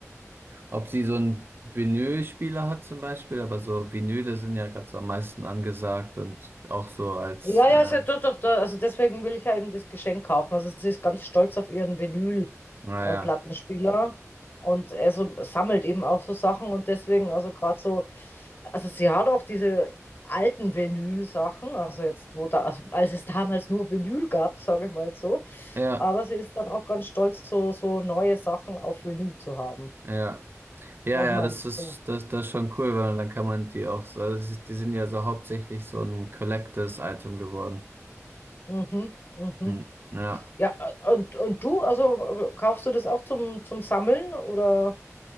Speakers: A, on the right; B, on the left.
A: Ob sie so einen Vinylspieler hat zum Beispiel, aber so Vinyle sind ja gerade so am meisten angesagt und auch so als,
B: Ja, ja,
A: ähm,
B: ist ja doch, doch, da- also deswegen will ich ja eben das Geschenk kaufen. Also sie ist ganz stolz auf ihren Vinyl-Plattenspieler
A: naja,
B: und er so, sammelt eben auch so Sachen und deswegen, also gerade so, also sie hat auch diese alten Vinyl-Sachen, also jetzt, wo da, also als es damals nur Vinyl gab, sage ich mal jetzt so,
A: ja,
B: aber sie ist dann auch ganz stolz, so, so neue Sachen auf Vinyl zu haben.
A: ja, ja, ja,
B: Was
A: ja,
B: meinst
A: das ist,
B: du?
A: das, das ist schon cool, weil dann kann man die auch so, also die die sind ja so hauptsächlich so ein Collectors-Item geworden.
B: Mhm, mhm.
A: Hm, ja.
B: Ja, und, und du, also äh, kaufst du das auch zum, zum Sammeln oder?